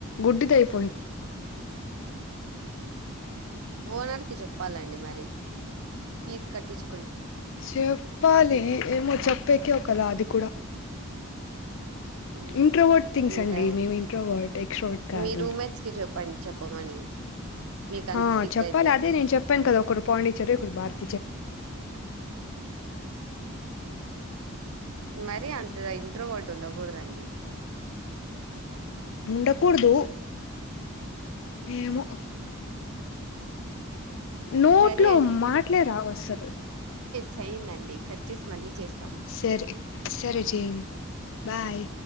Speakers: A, on the left; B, on the right.
A: గుడ్డి అయ్యి
B: ఓనర్ కి జెప్పాలండి మరి ఫీజ్ కట్టిచ్
A: చెప్పాలి ఏమో చెప్పేకి ఒకలా అది కూడా
B: ఉమ్
A: ఇంట్రోవర్ట్ థింగ్స్
B: ఇంకా
A: అండి మేము ఇంట్రోవర్ట్, ఎక్స్ట్రావట్ కాదు,
B: మీ రూమ్మేట్స్ కి చెప్పండి చెప్పమని మీకు
A: హా
B: అంత సిగ్గు
A: చెప్పాలి
B: అయితే
A: అదే నేను చెప్పాను కదా, ఒకరు పాండిచ్చేరి ఒకర్ భారత్.
B: మరి అంత ధై ఇంట్రోవాట్ ఉండకూడదండి
A: ఉండకూడదు ఏమో నోట్లో
B: సరే అండి
A: మాట్లే రావు అసలు
B: చయిందినండి కట్ చేసి మళ్ళీ చేస్
A: సరే సరే చేయండి బాయ్